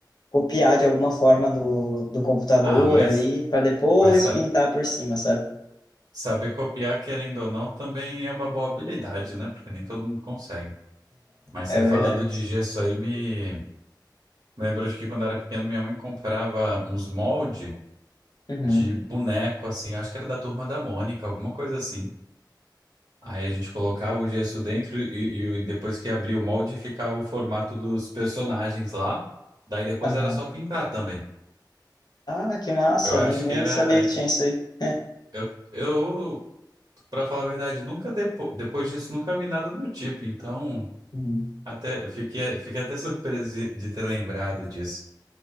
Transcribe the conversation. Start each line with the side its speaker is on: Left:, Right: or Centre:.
Left: copiar de alguma forma do, do computador
Right: Ah, mas,
Left: ali, para depois
Right: mas sa-
Left: pintar por cima, sabe?
Right: saber copiar, querendo ou não, também é uma boa habilidade, né? Porque nem todo mundo consegue. Mas
Left: É
Right: você
Left: verdade.
Right: falando de gesso aí, me me lembrou de que quando eu era pequeno, minha mãe comprava uns moldes.
Left: Uhum.
Right: de boneco, assim, acho que era da Turma da Mônica, alguma coisa assim. Aí a gente colocava o gesso dentro e, e o- depois que abria o molde ficava o formato dos personagens lá. Daí depois
Left: Aham.
Right: era só pintar também.
Left: Ah, que massa,
Right: Eu acho
Left: nem, nem
Right: que era.
Left: sabia
Right: es-
Left: que tinha isso aí. <laughs>
Right: Eu, eu para falar a verdade, nunca depo... depois disso nunca vi nada do tipo. Então,
Left: Uhum.
Right: até eu fiquei, fiquei até surpreso de, de ter lembrado disso.